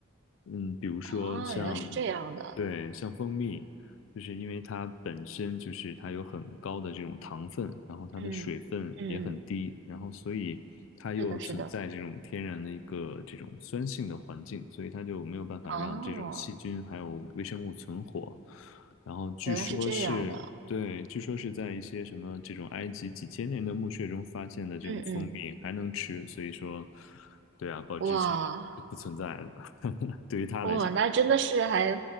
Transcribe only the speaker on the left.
嗯，比如说像，
对，像蜂蜜，就是因为它本身就是它有很高的这种糖分，然后它的水分也很低，
然后所以它又存在这种天然的一个这种酸性的环境，
所以它就没有办法让这种细菌还有微生物存活。
然后据说是，
对，据说是在一些什么这种埃及几千年的墓穴中发现的这种蜂蜜还能吃，
所以说，对啊，保质期是不存在的。
<laughs> 对于他来讲，